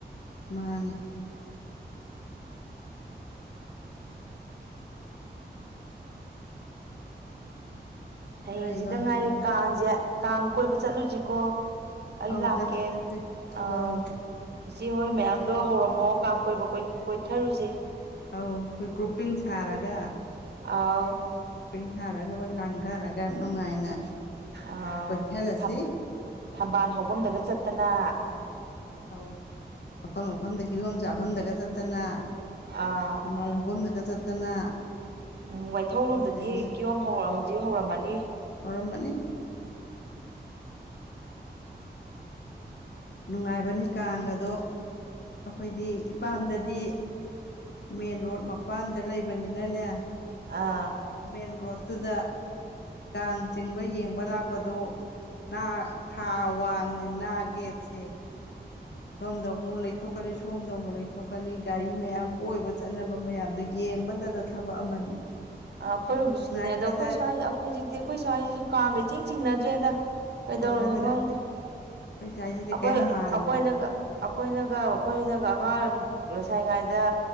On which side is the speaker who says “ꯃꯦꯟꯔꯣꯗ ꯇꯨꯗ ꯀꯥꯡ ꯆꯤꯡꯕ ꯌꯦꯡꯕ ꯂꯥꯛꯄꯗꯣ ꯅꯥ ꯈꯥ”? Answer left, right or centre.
Left